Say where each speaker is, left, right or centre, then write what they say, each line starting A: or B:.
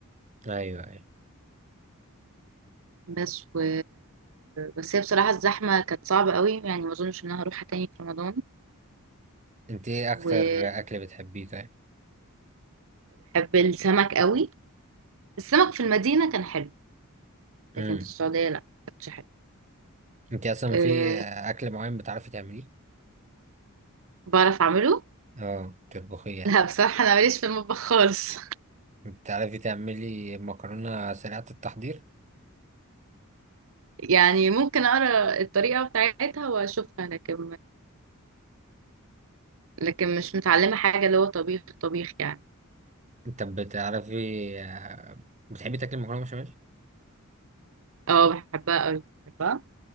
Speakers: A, on the right; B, on the right.
A: ايوه ايوه
B: بس و... بس هي بصراحه الزحمه كانت صعبه قوي يعني ما اظنش ان انا هروحها تاني في رمضان
A: انت ايه اكتر
B: وبحب
A: اكل بتحبيه طيب
B: السمك قوي السمك في المدينه كان حلو
A: امم
B: لكن في السعوديه لا ما كانش حلو
A: انت اصلا
B: أه...
A: في اكل معين بتعرفي تعمليه
B: بعرف اعمله
A: اه تطبخيه يعني
B: لا بصراحه انا ماليش في المطبخ خالص
A: بتعرفي تعملي مكرونه سريعه التحضير
B: يعني ممكن اقرا الطريقه بتاعتها واشوفها لكن لكن مش متعلمه حاجه اللي هو طبيخ طبيخ يعني
A: انت بتعرفي آه، بتحبي تاكلي مكرونه بشاميل
B: اه بحبها قوي بحبها